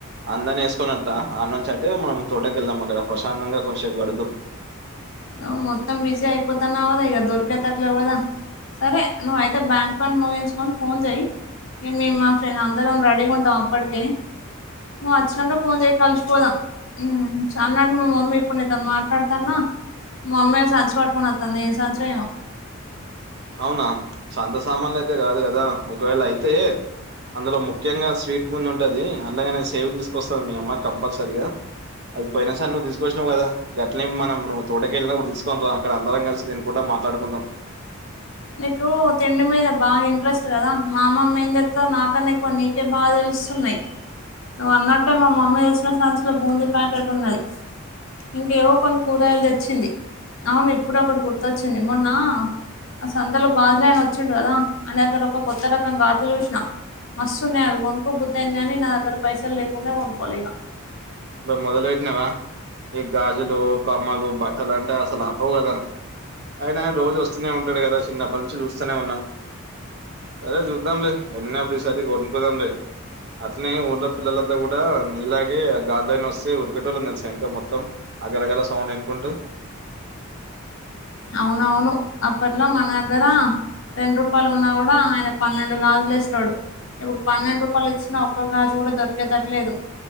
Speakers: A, on the right; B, on the left.
A: అందన్ని వేసుకునింత అ నుంచి అంటే మనం తోట ఎల్లమ్మ కాడ ప్రశాంతంగా కొంసేపు గడుద్దాం
B: ఆ మొత్తం బిజి ఆయిపోతన్నావ్ గదా ఇగ దోరికేతట్లే వధా సరే నువ్ అయితే బ్యాంక్ పని ముగించుకొని ఫోన్ చెయ్ ఏ మే మా ఫ్రెండ్ అందరం రెడీగా ఉంటాం అప్పటికే నువ్వు అచ్చినంక పోన్ చేయ్ కలిసి పోదాం ఉమ్ చానంటే మా మమ్మీ ఇప్పుడు నీతో మాట్లాడతన్న మమ్మె సంచి పట్టుకుని వత్తాంది ఏ సంచో ఏమో
A: అవునా సంత సామాన్లు అయితే కాదు కదా ఒకవేళ అయితే అందులో ముఖ్యంగా స్వీట్ బూంది ఉంటది. అలాగనే సేవ్ తీసుకొస్తది మీ అమ్మ కంపల్సరిగా అది పోయినా సారి నువ్ తీస్కొచ్చినావు గదా గట్లే మనం నువు తోటకేళ్ళినప్పుడు తీసుకుని రా అక్కడ అందరం కలిసి తినుకుంటాం. మాట్లాడుకుందాం
B: నీకు తిండి మీద బాగా ఇంట్రెస్ట్ కదా. మా అమ్మమ్మ ఏం చెప్తది నాకన్నా ఎక్కువ నీకే బాగా తెలుసు. సున్నాయ్ నువ్వు అన్నట్టే మా మమ్మీ తెచ్చిన సంచిలో బూందీ ప్యాకెట్ ఉన్నది. ఇంకేవో కొన్ని కూరగాయలు తెచ్చింది అవును ఇప్పుడే ఒకటి గుర్తొచ్చింది మొన్న ఆ సంతలో గాజులు అయినా వచ్చిండు కదా అని అక్కడ ఒక కొత్త రకం గాజులు చూసిన మస్తున్నాయి అవి కొనుక్కకోబుద్దుయింది కానీ నా దగ్గర పైసలు లేకుండా కొనుక్కలేక
A: మరి మొదలెటినవా ఈ గాజులు కమ్మలు బట్టలు అంటే అసలు ఆపవు కదా అయిన అయన రోజు వస్తూనే ఉంటాడు కదా చిన్నప్పటి నుంచి చూస్తూనే ఉన్నాం సరే చూద్దాంలే ఎలనప్పుడు ఈసారి కొనుకుందాంలే అట్నే ఊర్ళ పిల్లలంతా కూడా నీలాగే గాజులయన వస్తే ఉరికేటోలం తెల్సా ఎనక మొత్తం ఆగలగల సౌండ్ ఎనుకుంటూ
B: అవునవును అప్పట్లో మన దగ్గర రెండు రూపాయలు ఉన్నా కూడా బ ఆయన పన్నెండు గాజులు ఎస్టోడు ఇప్పుడు పన్నెండు రూపాయలు ఇచ్చినా ఒక్క గాజు కూడా దొరికేదట్లేదు